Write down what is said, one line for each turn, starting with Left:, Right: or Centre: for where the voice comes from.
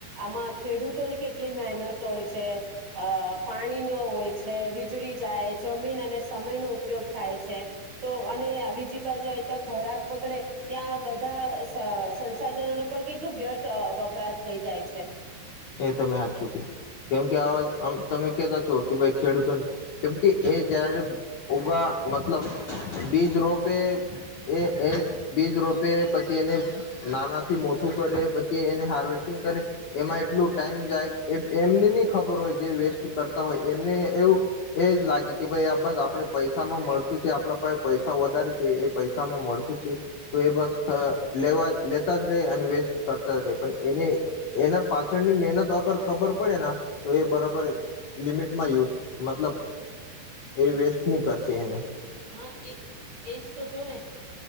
Right: આમાં ખેડૂત તે ને કેટલી મહેનત હોય છે. અ પાણી ન હોય છે વીજળી જાય જમીન અને સમય નો ઉપયોગ થાય છે તો અને બીજી બાજુ અ તો ખોરાક બગડે. ત્યાં બધા સંસાધનો ન પણ કેટલું વ્યર્થ વપરાશ થઈ જાય છે.
Left: એ તમે હા ચું ક કેમ કે આવામ તમે કેતા છો. કે ભાઈ ખેડૂતોને કેમ કે એ જયારે ઉગા મતલબ બીજ રોપે એ બીજ રોપે પછી એને નાનાથી મોટું કરે પછી એને હાર્વેસ્ટિંગ કરે એમાં એટલું ટાઈમ જાય એ એમને નહી ખબર હોય જે વેસ્ટ કરતા હોય એમને એવું એ જ લાગે કે ભાઈ આ બસ આપણે પૈસામાં મળતું છે આપણા પાસે પૈસા વધારે છે એ પૈસામાં મળતું છે તો એ બસ લેવા લેતા જ રહે અને વેસ્ટ કરતા જ રહે પણ એને એના પાછળની મહેનત અગર ખબર પડે તો એ બરાબર લિમિટમાં યુઝ મતલબ એ વેસ્ટ નહી કરશે એને.
Right: હા એ એશ તો જો ને